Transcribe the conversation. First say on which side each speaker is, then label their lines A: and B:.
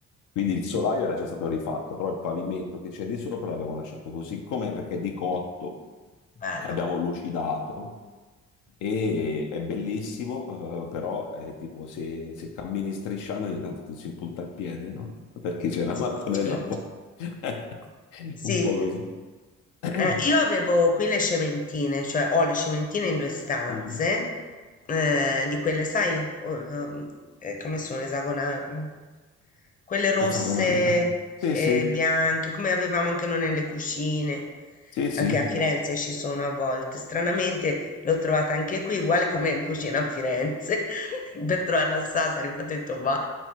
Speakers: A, on the left (about 80°); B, on the left (about 25°).
A: quindi il solaio era già stato rifatto, però il pavimento che c'è di sopra l'abbiamo lasciato così com'è perché è di cotto,
B: Bello.
A: abbiamo lucidato e è bellissimo, eh, però è tipo se, se cammini strisciando ogni tanto ti si impunta il piede, no? Perché c'è la
B: Sì,
A: mattonella
B: certo.
A: un po', <laughs> un
B: Sì,
A: po' così. <clears throat>
B: eh, io avevo qui le cementine, cioè ho le cementine in due stanze,
A: Mm.
B: eh, di quelle, sai, o- ehm, eh, come sono esagonali? Quelle rosse
A: Esagonali, eh. Sì,
B: e
A: sì,
B: bianche, come avevamo anche noi nelle cucine,
A: sì, sì,
B: anche a Firenze ci sono a volte. Stranamente l'ho trovata anche qui, uguale come in cucina a Firenze, <laughs> per trovarla a Sassari, infatti ho detto va.